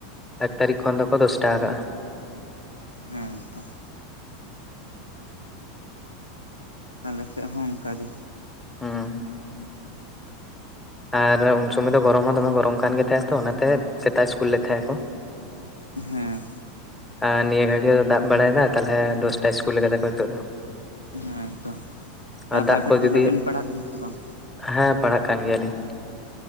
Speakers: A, in the centre; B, on the left.
A: ᱮᱠ ᱛᱟᱹᱨᱤᱠ ᱠᱷᱚᱱ ᱫᱚᱠᱚ ᱫᱚᱥᱴᱟ ᱠᱟᱜᱼᱟ᱾
B: ᱦᱮᱸ ᱛᱚ ᱟᱞᱮ ᱥᱮᱜ ᱦᱚᱸ ᱚᱝᱠᱟ ᱜᱮ᱾
A: ᱦᱩᱸ ᱟᱨ ᱩᱱ ᱥᱩᱢᱟᱹᱭ ᱫᱚ ᱜᱚᱨᱚᱢ ᱦᱚᱸ ᱫᱚᱢᱮ ᱜᱚᱨᱚᱢ ᱠᱟᱱ ᱜᱮ ᱛᱟᱦᱮᱸᱜᱼᱟ ᱛᱚ ᱚᱱᱟ ᱛᱮ ᱥᱮᱛᱟᱜ ᱥᱠᱩᱞ ᱞᱮᱫ ᱛᱟᱦᱮᱜ ᱟᱠᱚ᱾
B: ᱦᱮᱸ
A: ᱟ ᱱᱤᱭᱟᱹ ᱜᱷᱟᱹᱲᱤ ᱫᱚ ᱫᱟᱜ ᱵᱟᱲᱟᱭᱫᱟ ᱛᱟᱦᱞᱮ ᱫᱚᱥᱴᱟ ᱤᱥᱠᱩᱞ ᱠᱟᱫᱟ ᱠᱚ ᱱᱤᱛᱚᱜ ᱫᱚ ᱾
B: ᱦᱮᱸ ᱛᱚ ᱛᱟ
A: ᱟᱨ ᱫᱟᱜ
B: ᱯᱟᱭᱵᱷᱮᱴ
A: ᱠᱚ
B: ᱠᱚᱫᱚ
A: ᱡᱩᱫᱤ
B: ᱵᱤᱱ ᱯᱟᱲᱦᱟᱜ ᱠᱟᱱᱟ ᱥᱮ ᱵᱟᱝ?
A: ᱦᱮᱸ ᱯᱟᱲᱦᱟᱜ ᱠᱟᱱ ᱜᱮᱭᱟ ᱞᱤᱧ᱾